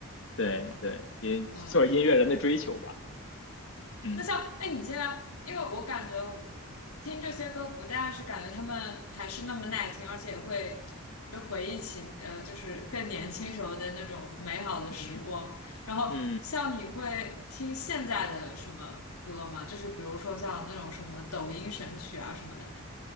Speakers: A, on the left; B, on the left.
A: 对对，也做音乐人的追求吧。
B: 嗯，
A: 嗯
B: 那像哎你现在，因为我感觉听这些歌不但是感觉他们还是那么耐听，而且也会就回忆起呃就是更年轻时候的那种美好的时光。
A: 嗯。
B: 然后像你会听现在的什么歌吗？
A: 嗯
B: 就是比如说像那种什么抖音神曲啊什么的。